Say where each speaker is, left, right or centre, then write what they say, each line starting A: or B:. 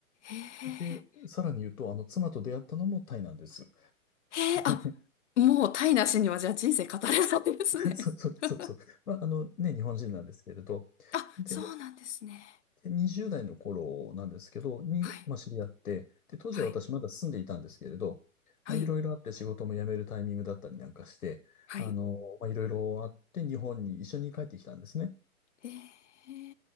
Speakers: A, on the left; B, on the left.
A: へえ。
B: で、さらに言うと、あの、妻と出会ったのもタイなんです。
A: へえ、
B: <laughs>
A: あ、もうタイなしにはじゃあ人生語れないですね。
B: そうそうそうそう。
A: <laughs>
B: まあ、あのね、日本人なんですけれど。
A: あ、
B: で、
A: そうなんですね。
B: で20代の頃なんですけど、に、
A: はい。
B: まあ、知り合って、で、当時は私まだ住んでいたんですけれど、
A: はい。はい。
B: まあ、いろいろあって仕事も辞めるタイミングだったりなんかして、
A: はい。
B: あの、まあ、いろいろあって日本に一緒に帰ってきたんですね。
A: ええ